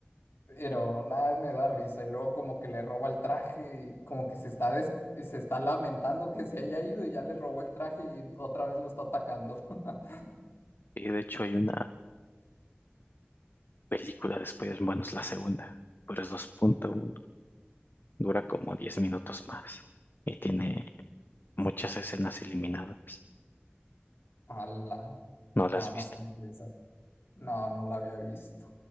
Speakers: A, on the left; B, on the left.
A: Pero nada, me da risa. Y luego como que le roba el traje y como que se está des- se está lamentando que se haya ido y ya le robó el traje y otra vez lo está atacando. <laughs>
B: Y de hecho hay una película de Spider-Man, es la segunda. Pero es 2.1 Dura como 10 minutos más y tiene muchas escenas eliminadas.
A: Ala.
B: No las
A: No,
B: has
A: no
B: visto.
A: sé de esa. No, no la había visto.